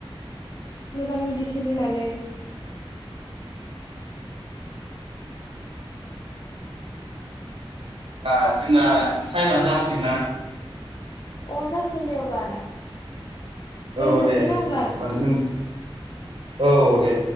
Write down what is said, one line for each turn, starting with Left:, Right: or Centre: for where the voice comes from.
Left: मोजां मेडसिन होनानै
Right: बा जोंना टाइमा जासिगा
Left: अ जासिगोन दे अब्ला आदा दोनथ'नोसै
Right: औ दे
Left: ना अब्ला आदा
Right: मान नों औ दे